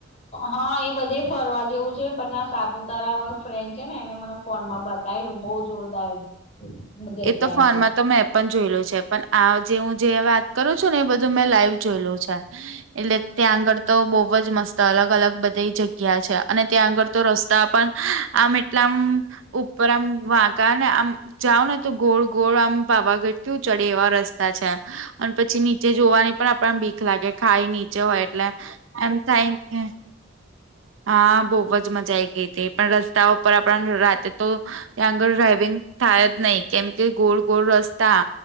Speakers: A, on the left; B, on the right.
A: હા એ બધે ફરવા જેવું છેને પણ નયા સાપુતારા મારો ફ્રેન્ડ છે ને એને મને ફોન માં બતાયલું બઉ જોરદાર જગ્યા
B: એ તો ફોન તો મે પ ન જોયલું છે પણ આ જે હું જે વાત કરું છું ને એ બધું મેં લાઈવ જોયેલું છે એટલે ત્યાં આગળ તો બહુ જ મસ્ત અલગ અલગ બધે ય જગ્યા છે અને ત્યાં આગળ તો રસ્તા પન આમ એટલા આમ ઉપર આમ વાંકા ને આમ જાવ ને તો ગોળ ગોળ આમ પાવાગઢ કેવું ચડીએ એવા રસ્તા છે અન પછી નીચે જોવાની પણ આપણ આમ બીક લાગે ખાઈ નીચે હોય એટલે એમ થાય કે હા બહુ જ મજા આઈ ગઈ હતી પણ રસ્તા ઉપર આપણા ને રાતે તો ત્યાં આગળ ડ્રાઈવિંગ થાય જ નહી કેમ કે ગોળ ગોળ રસ્તા